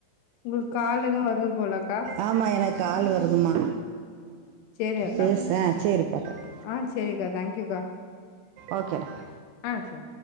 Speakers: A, on the left; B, on the right.
A: ஒங்ளுக் கால் எதுவு வருது போலக்கா
B: ஆமா எனக்கு கால் வருதுமா
A: சரி அக்கா
B: பேச சேரிப்பா கட்
A: ஆ சேரிக்கா தேங்க்யூக்கா
B: ஓகேடா
A: ஆ சரி